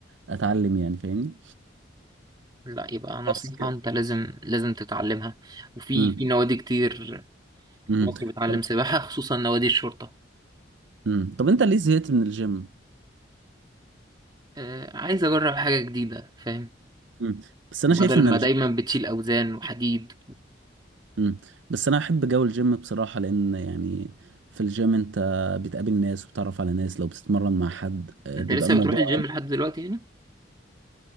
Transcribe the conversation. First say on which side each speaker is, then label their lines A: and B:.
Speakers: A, on the right (about 75°); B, on the right (about 20°).
A: اتعلم يعني فاهمني
B: لا يبقى نصيحه
A: بس كده
B: انت لازم لازم تتعلمها وفي
A: امم
B: في نوادي كتير
A: امم
B: في مصر بتعلم
A: طب
B: سباحه خصوصا نوادي الشرطه
A: امم طب انت ليه زهقت من الجيم
B: آه عايز اجرب حاجه جديده فاهم
A: امم بس انا
B: بدل
A: شايف ان
B: ما
A: الجيم
B: دايما بتشيل اوزان وحديد
A: امم بس انا احب جو الجيم بصراحة لان يعني في الجيم انت بتقابل ناس وبتعرف على ناس لو بتتمرن مع حد آه،
B: انت
A: بيبقى
B: لسه
A: الموضوع
B: بتروح الجيم
A: اه
B: لحد دلوقتي يعني